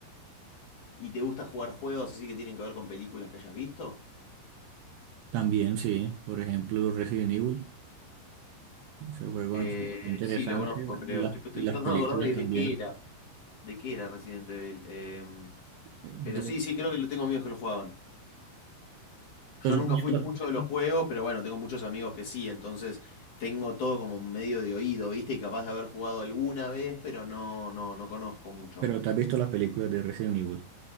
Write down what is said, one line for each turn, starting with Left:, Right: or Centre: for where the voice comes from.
Left: ¿Y te gusta jugar juegos así que tienen que ver con películas que hayas visto?
Right: También, sí. Por ejemplo, Resident Evil, ese juego
Left: Eh,
Right: me pareció interesante
Left: sí, lo conozco, creo.
Right: y las,
Left: Estoy, estoy
Right: y las
Left: tratando
Right: películas
Left: de acordarme
Right: también.
Left: de qué era. ¿De qué era Resident Evil? Em,
Right: Eh, De-
Left: pero sí, sí, creo que lo tengo amigos que lo jugaban.
Right: pero,
Left: Yo nunca
Right: tú has
Left: fui
Right: visto-
Left: mucho de los juegos, pero bueno, tengo muchos amigos que sí, entonces tengo todo como medio de oído, ¿viste? Y capaz de haber jugado alguna vez, pero no, no, no conozco mucho.
Right: pero ¿te has visto las películas de Resident Evil?